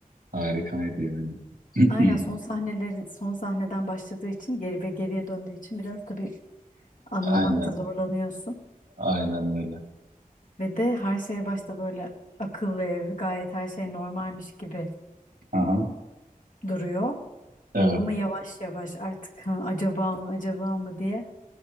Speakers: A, on the right; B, on the left.
A: Harikaydı yani.
B: aynen son
A: <clears throat>
B: sahneleri son sahneden başladığı için geri ve geriye döndüğü için biraz tabii anlamakta
A: Aynen,
B: zorlanıyorsun.
A: aynen öyle.
B: Ve de her şey başta böyle akıllı ev, gayet her şey normalmiş gibi
A: Aha,
B: duruyor.
A: evet.
B: Ama yavaş yavaş artık "Hı, acaba mı acaba mı diye